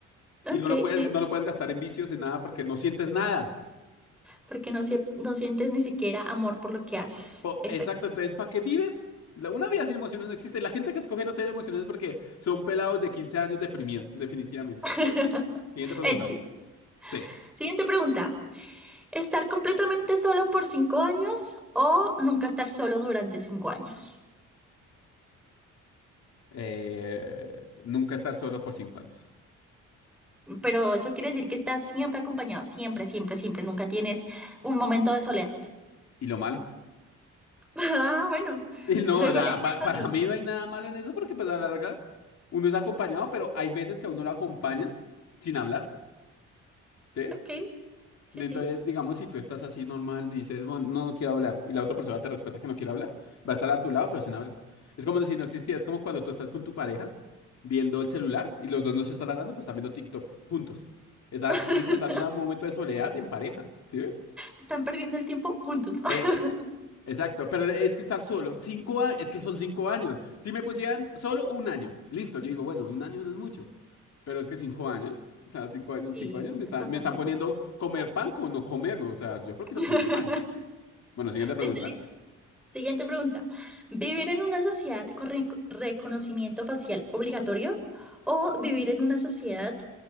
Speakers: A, in the centre; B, on the left (about 60°).
A: Ok,
B: Y no lo puedes,
A: sí.
B: no lo puedes gastar en vicios, en nada, porque no sientes nada.
A: porque no, sie- no sientes ni siquiera amor por lo que haces.
B: Po-
A: Exacto.
B: Exacto, entonces, ¿para qué vives? La- Una vida sin emociones no existe. La gente que escoge no tener emociones es porque son pelados de 15 años deprimidos, definitivamente.
A: <laughs>
B: Siguiente pregunta.
A: Edges.
B: Sí.
A: Siguiente pregunta. ¿Estar completamente solo por cinco años o nunca estar solo durante cinco años?
B: Eh, nunca estar solo por 5 años.
A: Pero eso quiere decir que estás siempre acompañado, siempre, siempre, siempre. Nunca tienes un momento de soledad. <laughs>
B: ¿Y lo malo? <laughs>
A: Ah, bueno.
B: Y no,
A: Luego
B: o sea,
A: le echas
B: pa- para
A: otro.
B: mí no hay nada malo en eso porque pues a la larga uno es acompañado, pero hay veces que a uno lo acompañan sin hablar. ¿sí?
A: Ok, sí,
B: Entonces,
A: sí.
B: digamos, si tú estás así normal, dices, bueno, no no quiero hablar, y la otra persona te respeta que no quiere hablar, va a estar a tu lado, pero sin hablar. Es como si no existiera, es como cuando tú estás con tu pareja viendo el celular y los dos no se están hablando, pero están viendo TikTok juntos. Están
A: <laughs>
B: disfrutando un momento de soledad en pareja, ¿sí ves?
A: Están perdiendo el tiempo juntos.
B: Eh,
A: <laughs>
B: Exacto, pero es que estar solo, cinco años, es que son cinco años. Si me pusieran solo un año, listo, yo digo, bueno, un año no es mucho, pero es que cinco años, o sea, cinco años,
A: Sí,
B: cinco años me
A: es
B: están,
A: bastante,
B: me están
A: es
B: poniendo
A: bastante.
B: comer pan con no comerlo, o sea, yo prefiero
A: <laughs>
B: comer pan. Bueno, siguiente pregunta.
A: Listo, listo. Siguiente pregunta. ¿Vivir en una sociedad con re- reconocimiento facial obligatorio o vivir en una sociedad,